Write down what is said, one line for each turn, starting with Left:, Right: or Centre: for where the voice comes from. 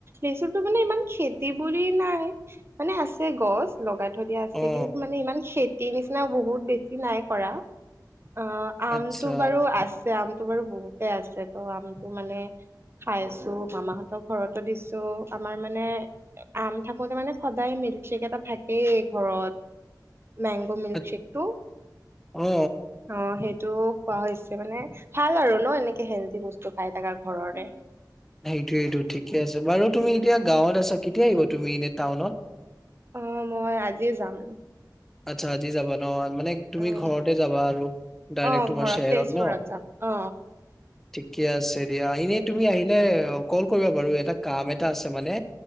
Right: লেচু টো মানে ইমান খেত খেতি বুলি নাই, মানে আছে গছ লগাই থৈ দিয়া আছে
Centre: অ
Right: কিন্তু মানে ইমান খেতি তি নিচিনা বহুত বেছি নাই কৰা অ, আমটো
Centre: আচ্ছা
Right: বাৰু আছে আম টো বাৰু বহুতে আছে ত' আমটো মানে খাই আছো মামাহঁতৰ ঘৰতো দিছো আমাৰ মানে আম থাকোতে মানে সদায় মিল্কশ্বেক এটা থাকেই ঘৰত মেংগো মিল্কশেকটো
Centre: আ- অ
Right: অ সেইটো খোৱা হৈছে মানে, ভাল আৰু ন এনেকে হেল্ডি বস্তু খাই থাকা ঘৰৰে
Centre: সেইটোৱেইটো ঠিকে আছে, বাৰু তুমি এতিয়া গাঁৱত আছা কেতিয়া আহিব তুমি এনে টাউনত?
Right: অ, মই আজিয়ে যাম
Centre: আচ্ছা আজি যাবা ন, মানে তুমি
Right: উম
Centre: ঘৰতে যাবা আৰু ডাইৰেক্ট
Right: অ
Centre: তোমাৰ
Right: ঘৰত
Centre: চেৰত
Right: তেজপুৰত
Centre: ন,
Right: যাম অ
Centre: ঠিকে আছে দিয়া এনে তুমি আহিলে কল কৰিবা বাৰু এটা কাম এটা আছে মানে